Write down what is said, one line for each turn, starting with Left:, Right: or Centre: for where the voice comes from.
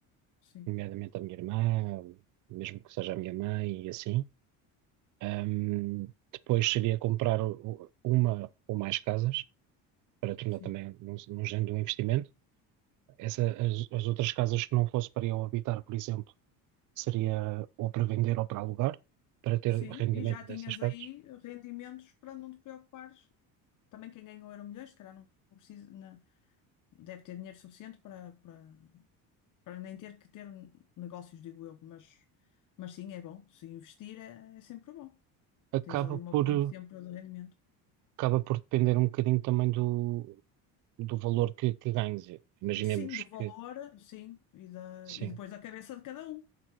Left: sim,
Right: nomeadamente à minha irmã, mesmo que seja a minha mãe e assim. Ehm, depois seria comprar o- uma ou mais casas, para tornar
Left: sim,
Right: também num, num género de um investimento. Essa, as, as outras casas que não fosse para eu habitar, por exemplo, seria ou para vender ou para alugar, para ter
Left: sim,
Right: rendimento
Left: e já tinhas
Right: dessas casas,
Left: aí rendimentos para não te preocupares. Também quem ganhou Euromilhões, se calhar não precisa, na- deve ter dinheiro suficiente para, para, para nem ter que ter negócios, digo eu, mas, mas sim, é bom, se investir é é sempre bom.
Right: acaba
Left: Tens ali uma
Right: por,
Left: fonte sempre de rendimento.
Right: acaba por depender um bocadinho também do, do valor que, que ganhes. Imaginemos
Left: Sim, do valor,
Right: que,
Left: sim, e, da,
Right: sim,
Left: e depois da cabeça de cada um.